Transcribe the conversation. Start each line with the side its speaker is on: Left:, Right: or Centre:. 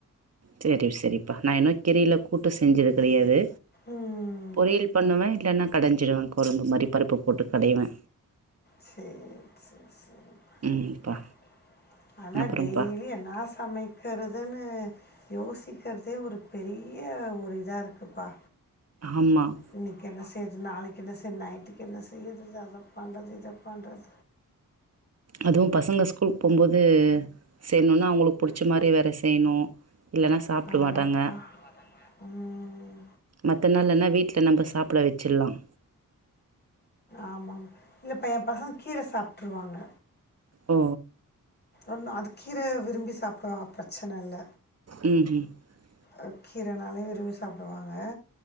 Right: சரி சரிப்பா நான் இன்னும் கீரையில கூட்டு செஞ்சது கிடையாது
Left: ம்,
Right: பொரியல் பண்ணுவே இல்லைன்னா கடைஞ்சிடுவே குழம்பு மாதிரி பருப்பு போட்டு கடைவே
Left: சரி சரி சரிப்பா
Right: ம்ப்பா
Left: ப்பா ஆனா
Right: அப்புறம்ப்பா
Left: டெய்லி என்னா சமைக்கிறதுன்னு யோசிக்கிறதே ஒரு பெரிய ஒரு இதா இருக்குப்பா
Right: ஆமாம்
Left: இன்னைக்கு என்ன செய் நாலைக்கு என செ நைட்டுகு என செய்யறது அத பண்றத இதா பண்துத
Right: அதுவும் பசங்க ஸ்கூலு போகும்போது செய்யணும்னா அவங்களுக்கு பிடிச்ச மாதிரி வேற செய்யணு இல்லன்னா சாப்ட்டல
Left: ஆமாப்பா
Right: மாட்டாங்க
Left: ம்,
Right: மத்த நாள்லனா வீட்ல த்த நம்ப சாப்பட வெச்சிர்லாம்
Left: ஆமாமா இல்லப்ப என் பசங்க கீர சாப்ட்டுருவாங்க
Right: ஓ
Left: ஒன்னு அது கீர விரும்பி சாப்ட்டுருவா பிரச்சனல்ல
Right: ம் ம்
Left: அ கீரனாலே விரும்பி சாப்பிடுவாங்க